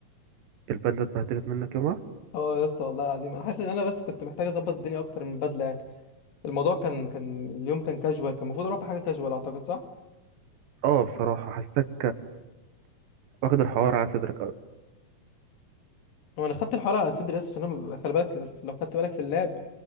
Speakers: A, on the right; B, on the left.
A: البدله اتبهدلت منك يومها
B: اه يا اسطى والله العظيم انا حاسس ان انا بس كنت محتاج اظبط الدنيا اكتر من البدله يعني الموضوع كان كان اليوم كان كاجوال كان المفروض اروح بحاجه كاجوال اعتقد صح
A: اه بصراحه حسيتك واخد الحوار على صدرك أوي.
B: وانا خدت الحوار على صدري بس عشان انا ببقى- خلي بالك لو خدت بالك في اللاب